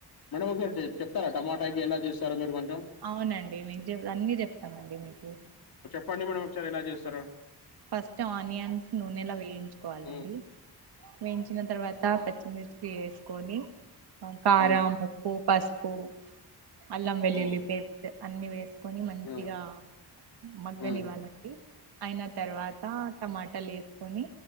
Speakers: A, on the left (about 60°); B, on the right (about 70°).
A: మేడం ఒకసారి చెప్తార టమాట ఎలా చేస్త ప్తర మీరు కొంచెం
B: అవునండి నిజం అన్నిీ చెప్తామండి మీకు
A: ప్తండి మేడం ఒకసారి ఎలా చేస్తారొ
B: ఫస్ట్ ఆనియన్స్ నూనెలా వేయించుకోవాలండి
A: మ్మ్.
B: వేయించిన తర్వాత పెద్ పర్చిమిర్చి వేసుకొని కారాం
A: మ్మ్.
B: ఉప్పు పసుపు ఒ అల్లం వెల్లుల్లి
A: మ్మ్.
B: పేస్ట్ అన్ని వేసుకొని మంచిగా
A: మ్మ్.
B: మగ్గని
A: మ్మ్.
B: వాళ్ళకి అయిన ట బట్టలేసుకొని